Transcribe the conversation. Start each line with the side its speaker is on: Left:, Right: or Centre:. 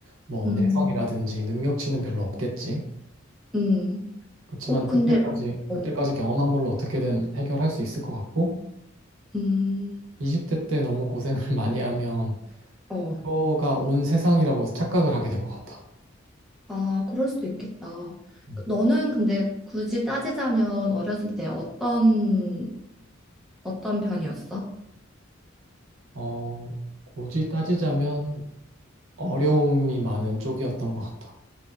Right: 뭐
Centre: 음.
Right: 내성이라든지 능력치는 별로 없겠지.
Centre: 음.
Right: 그렇지만
Centre: 꼭 근데
Right: 그때까지
Centre: 어.
Right: 그때까지 경험한 걸로 어떻게든 해결할 수 있을 것 같고
Centre: 음.
Right: 20대 때 너무 고생을 <laughs> 많이 하면
Centre: 어.
Right: 이거가 온 세상이라고 착각을 하게 될 것 같아.
Centre: 아, 그럴 수도 있겠다.
Right: 음.
Centre: 그, 너는 근데 굳이 따지자면 어렸을 때 어떤 어떤 편이었어?
Right: 어, 굳이 따지자면 어려움이 많은 쪽이었던 것 같아.